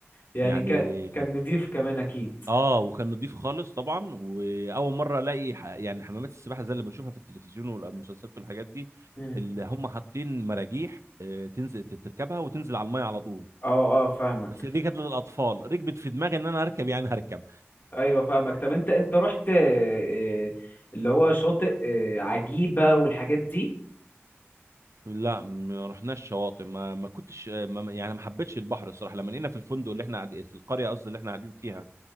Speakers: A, on the left; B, on the right.
A: يعني
B: يعني
A: ك... كان نضيف كمان اكيد
B: اه وكان نضيف خالص طبعا واول مره الاقي ح... يعني حمامات السباحه زي اللي بشوفها في التلفزيون والمسلسلات والحاجات دي
A: امم
B: اللي هم حاطين مراجيح آه، تنزل تركبها وتنزل على الميه على طول
A: اه اه فاهمك
B: بس دي كانت للاطفال ركبت في دماغي ان انا هركب يعني هركب
A: ايوه فاهمك طب انت انت رحت آه، آه، اللي هو شاطئ آه، عجيبة والحاجات دي
B: لا ما رحناش شواطئ ما ما كنتش ما ما- يعني ما حبيتش البحر الصراحه لما لقينا في الفندق اللي احنا قاعدين في القريه قصدي اللي احنا قاعدين فيها